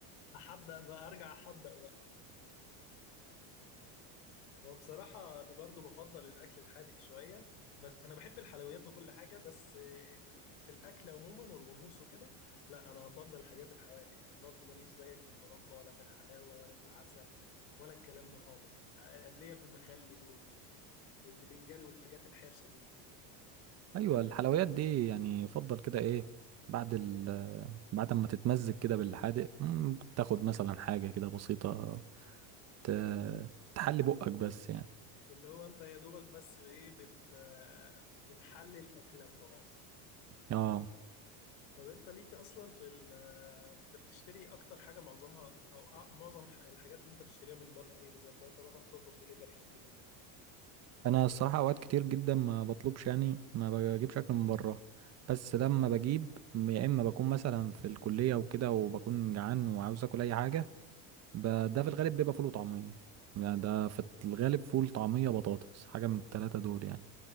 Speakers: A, on the left (about 85°); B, on the right (about 30°).
A: احدق بقى ارجع احدق بقى هو بصراحة انا برضو بفضل الاكل الحادق شوية بس انا بحب الحلويات وكل حاجة بس ال- في الاكل عموما والغموس وكده لا انا افضل الحاجات الحوادق يعني برضو ماليش زيك في المربى ولا في الحلاوة ولا في العسل ولا الكلام ده خالص أنا ليا في المخلل وال... والبتنجان والحاجات الحرشة دي
B: ايوه الحلويات دي يعني يفضل كده ايه بعد ال بعد ما تتمزج كده بالحادق مم، تاخد مثلا حاجه كده بسيطه ت... تحلي بقك بس يعني
A: اللي هو انت يا دوبك بس بايه بت... بتحلي الاكلة وخلاص
B: اه
A: طب انت ليك اصلا في ال انت بتشتري اكتر حاجه معظمها او أ- معظم ح- الحاجات اللي انت بتشتريها من بره ايه بالظبط لو انت مثلا بتطلب دليفري او كده
B: انا الصراحه اوقات كتير جدا ما بطلبش يعني ما بجيبش اكل من بره بس لما بجيب يا اما بكون مثلا في الكليه وكده وبكون جعان وعاوز اكل اي حاجه ب... ده في الغالب بيبقى فول وطعميه يعني
A: امم
B: ده في الغالب فول طعميه بطاطس حاجه من الثلاثه دول يعني